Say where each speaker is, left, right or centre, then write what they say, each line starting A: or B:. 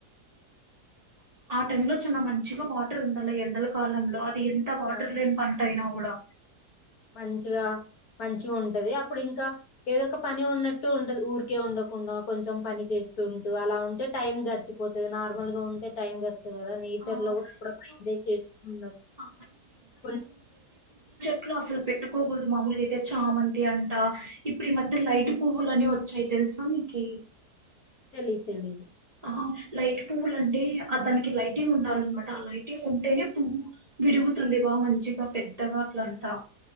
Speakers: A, on the right; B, on the left.
A: ఆ టైమ్ లో చాన మంచిగా వాటర్ ఉండాల ఎండల కాలంలో అది ఎంత వాటర్
B: ఆ
A: లేని పంట అయినా ఒకటి కూడా
B: మంచిగా మంచిగా ఉంటది అప్పుడు ఇంకా ఏదో ఒక పని ఉన్నట్టు ఉంటది ఊరికే ఉండకుండా కొంచెం పని చేస్తుంటూ అలా ఉంటే టైం గడిచిపోతది నార్మల్గా ఉంటే టైం గడ్ కదా నేచర్
A: ఆ!
B: లో కూడా అప్పుడప్పుడు
A: ఇప్పుడు
B: ఎంజాయ్ చేస్తూ ఉండాలి
A: ఆ!
B: కొన్ని
A: ట్లొ అసలు పెట్టుకోకుడ్దు మామూల్గైతె చామంతి అంట ఇప్పుడు ఈ మధ్య లైట్ పువ్వులని వోచ్చాయి తెలుసా నీకి
B: తెలిద్ తెలిదు
A: ఆ లైట్ పువ్వులంటే ఆ దనికి లైటింగ్ ఉండాలనమాట ఆ లైటింగ్ ఉంటేనే పువ్వు విరుగుతుంది వా మంచిగా పెద్దగా అట్లంతా